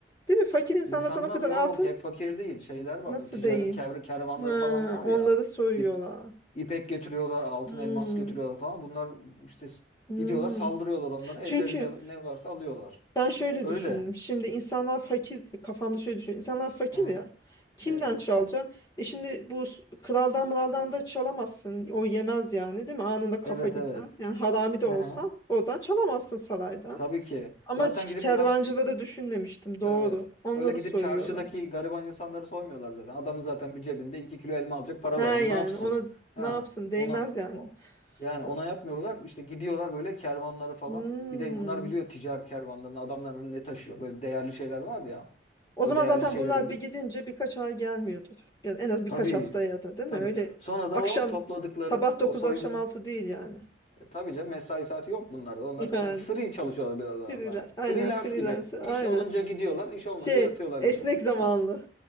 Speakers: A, on the left (about 20°); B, on the left (about 40°).
A: Değil mi? Fakir insanlardan
B: İnsanlar
A: o kadar
B: yok
A: altın
B: hep fakir değil. Şeyler var
A: nasıl
B: bu ticaret
A: değil?
B: kev- kervanları
A: Ha,
B: falan var
A: onları
B: ya.
A: soyuyorlar.
B: İp, ipek getiriyorlar, altın
A: Hmm,
B: elmas getiriyorlar falan. Bunlar işte s-
A: hmm.
B: gidiyorlar saldırıyorlar onlara. Ellerinde
A: Çünkü
B: ne varsa alıyorlar.
A: ben şöyle
B: Öyle.
A: düşündüm. Şimdi insanlar fakir, kafamda şöyle düşünüyorum. İnsanlar fakir
B: Aha.
A: ya. Kimden
B: Evet.
A: çalacaksın? E şimdi bu s- kraldan mıraldan da çalamazsın. O yemez yani değil mi? Anında kafa
B: Evet
A: gider.
B: evet.
A: Yani harami de
B: Hı
A: olsan
B: hı.
A: oradan çalamazsın saraydan.
B: Tabii ki.
A: Ama
B: Zaten
A: hiç
B: gidip
A: kervancıları
B: bunlar
A: düşünmemiştim doğru.
B: Evet.
A: Onları
B: Öyle gidip
A: soyuyorlar.
B: çarşıdaki gariban insanları soymuyorlar zaten. Adamın zaten bir cebinde 2 kilo elma alacak para
A: Ne
B: var.
A: yani
B: Onu ne yapsın?
A: ona
B: Ha,
A: ne yapsın değmez
B: ona
A: yani.
B: o. Yani
A: O,
B: ona yapmıyorlar. İşte gidiyorlar böyle kervanları falan.
A: Hmm.
B: Bir de bunlar biliyor ticaret kervanlarının adamların ne taşıyor. Böyle değerli şeyler var ya.
A: O
B: O
A: zaman
B: değerli
A: zaten
B: şeylere
A: bunlar
B: gidip
A: bir gidince birkaç ay gelmiyordur. Yani en az birkaç
B: tabii
A: hafta ya da değil
B: tabii.
A: mi? Öyle
B: Sonra
A: akşam
B: da o topladıkları
A: sabah 9
B: o soygun
A: akşam 6 değil yani.
B: e, tabii canım mesai saati yok bunlarda.
A: <laughs>
B: Onlar
A: Yani
B: yani free çalışıyorlar biraz daha.
A: freelance
B: Yani
A: aynen
B: freelance
A: freelance
B: gibi.
A: aynen.
B: İş olunca gidiyorlar, iş olmayınca
A: Şey
B: yatıyorlar
A: esnek
B: gibi.
A: zamanlı.
B: Ha.